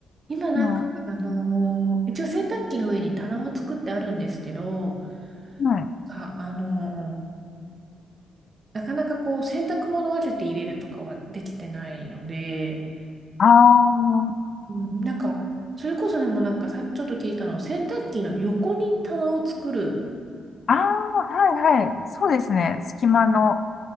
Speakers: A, on the right; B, on the left.
A: 今なんか、
B: うんは
A: あのー一応洗濯機の上に棚は作ってあるんですけど、
B: い。
A: あ、あのーなかなかこう洗濯物を分けて入れるとかはできてないので、
B: ああ、
A: うん、なんか、それこそでもなんかさ、ちょっと聞いたのは、洗濯機の横に棚を作る。
B: ああ、はいはい。そうですね。隙間の